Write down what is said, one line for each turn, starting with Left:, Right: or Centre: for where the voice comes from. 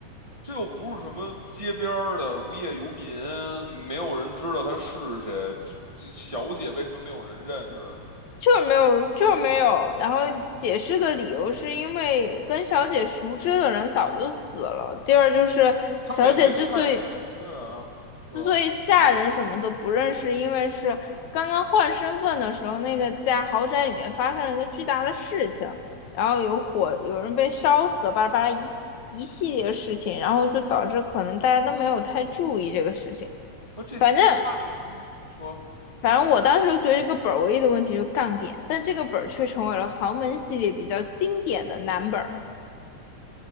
Right: 这又不是什么街边儿的无业游民，没有人知道他是谁。这这小姐为什么没有人认识？
Left: 就是没有，就是没有。然后解释的理由是因为跟小姐熟知的人早就死了。第二就是小姐之所以
Right: 他们也没太，对啊，是吧？
Left: 之所以下人什么的不认识，因为是刚刚换身份的时候，那个在豪宅里面发生了一个巨大的事情，然后有火，有人被烧死，巴拉巴拉一。一系列事情，然后就导致可能大家都没有太注意这个事情。
Right: 而这家里人，
Left: 反正
Right: 你说，
Left: 反正我当时觉得这个本儿唯一的问题就是杠点，但这个本儿却成为了豪门系列比较经典的难本儿。